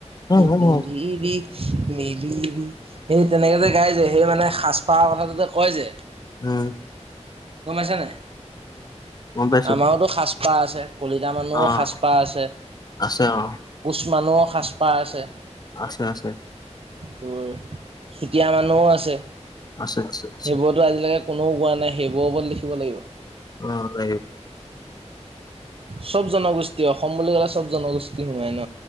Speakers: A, on the left; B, on the right.
A: অ', উম,
B: পিন্ধিবি মি সে তেনেকে যে গাই যায় সেই মানে সাজপাৰ কথাটোতে কয় যে
A: উম
B: গমপাইছানে
A: গম পাইছো
B: আমাৰতো সাজপাৰ আছে। কলিতা মানুহৰ
A: অ',
B: সাজপাৰ আছে
A: আছে অ',
B: কোচ মানুহৰ সাজপাৰ আছে।
A: আছে আছে
B: তোৰ চুতীয়া মানুহও আছে।
A: আছে আছে আছে
B: সেইবোৰতো আজিলৈকে কোনো কোৱা নাই সেইবোৰ ওপৰত লিখিব লাগিব
A: অ ন
B: চব জনগোষ্ঠী অসম বুলি ক'লে চব জনগোষ্ঠী সোমাই ন